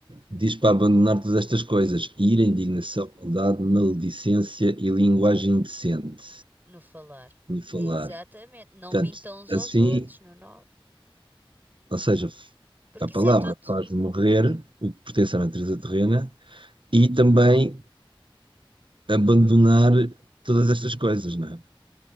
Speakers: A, on the right; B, on the right.
A: diz para abandonar todas estas coisas, ira, indignação, maldade, maledicência e linguagem indecente
B: No falar.
A: de falar.
B: Exatamente. Não
A: Portanto,
B: mintam uns
A: assim,
B: aos outros, no nove
A: ou seja,
B: Porque
A: a palavra
B: isso é tudo.
A: faz morrer o que pertence à natureza terrena e também abandonar todas estas coisas, não é?